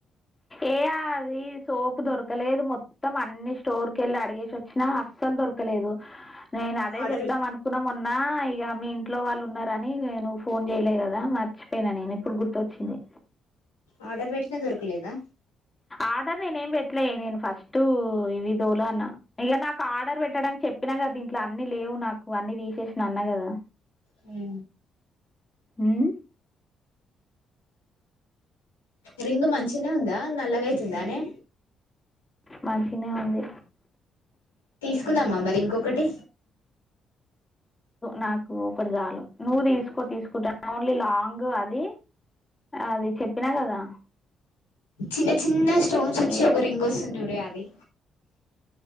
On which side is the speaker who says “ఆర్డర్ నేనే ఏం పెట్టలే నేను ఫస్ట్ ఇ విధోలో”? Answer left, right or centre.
Left